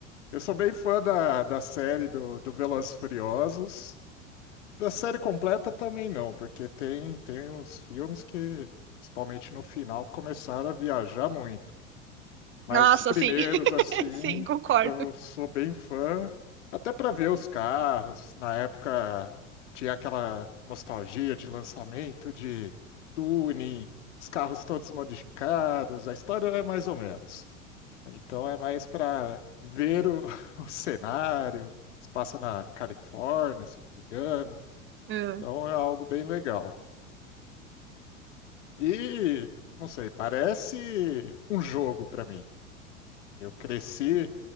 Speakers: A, on the left; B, on the right.
A: Eu sou bem fã da, da série do, do Velozes e Furiosos. Da série completa também não, porque tem, tem os filmes que, principalmente no final, começaram a viajar muito. Mas
B: Nossa,
A: os primeiros,
B: sim. <laughs>
A: assim,
B: Sim, concordo.
A: eu sou bem fã, até para ver os carros. Na época tinha aquela nostalgia de lançamento, de tuning, os carros todos modificados. A história é mais ou menos. Então é mais para ver o, <laughs> o cenário. Se passa na Califórnia, se não me engano.
B: É.
A: Então é algo bem legal. E, não sei, parece um jogo para mim. Eu cresci